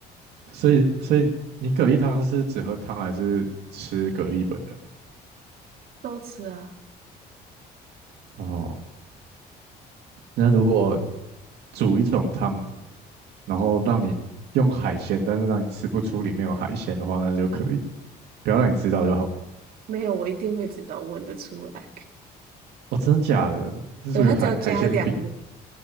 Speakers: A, on the right (about 80°); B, on the right (about 60°).
A: 所以所以你蛤蜊汤是只喝汤还是吃蛤蜊本人？
B: 都吃啊。
A: 哦，那如果煮一种汤，然后让你用海鲜，但是让你吃不出里面有海鲜的话，那就可以。不要让你知道就好了。
B: 没有，我一定会知道，我闻得出来。
A: 哦，真的假的？这属于海海鲜比，
B: 对，它只要加两，